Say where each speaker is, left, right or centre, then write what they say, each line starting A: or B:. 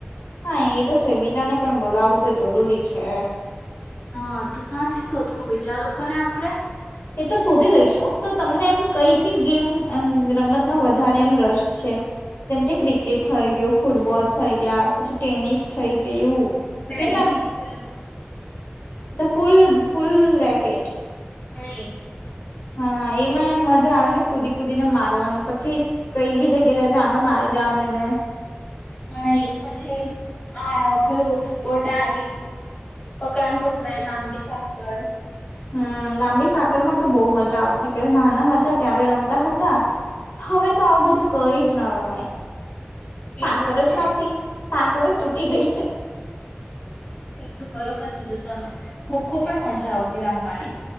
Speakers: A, on the left; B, on the left.
A: હા એ તો છે બીજાને પણ બોલાવવું તો જરૂરી છે
B: હા તું ક્યાંથી શોધું બીજા લોકો ને આપડે
A: એ તો શોધી લઈશું તો તમને એમ કઈ કઈ ગેમ એમ રમતમાં વધારે એમ રસ છે જેમ કે ક્રિકેટ થઈ ગયું ફૂટબોલ થઈ ગયા પછી ટેનિસ થઈ ગયું
B: બેડમિન્ટન
A: કેટલા અચ્છા ફુલ ફુલ રેકેટ
B: હ એજ
A: હા એમાં મજા આવે ને કૂદી કૂદી ને મારવાનું પછી કઈ બી જગ્યા જાય ત્યાં પણ મારી દેવાનું એને <inaudible>
B: હા એ જ પછી આ પેલુ થપ્પોટાય પકડામાં પકડાઈ લાંબી સાકડ
A: હમ્મ લાંબી સાકરમાં તો બહુ મજા આવતી પેલા નાના હતા ત્યારે રમતા હતા હવે તો આવું બધું કરી જ ના રમાય
B: એ
A: સાકડ
B: તો છે
A: જ નથી સાકડ જ તૂટી ગઈ છે
B: એ તો બરોબર કીધું તમે ખો ખો પણ મજા આવતી રમવાની